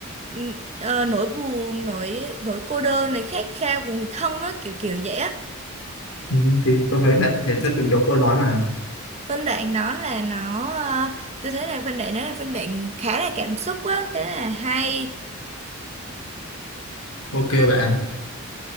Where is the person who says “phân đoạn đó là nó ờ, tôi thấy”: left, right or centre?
Right